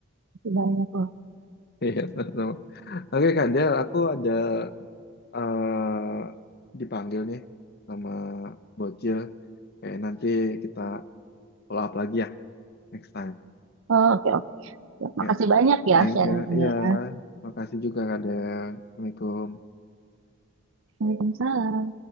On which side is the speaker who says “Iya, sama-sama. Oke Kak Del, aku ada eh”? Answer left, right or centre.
Left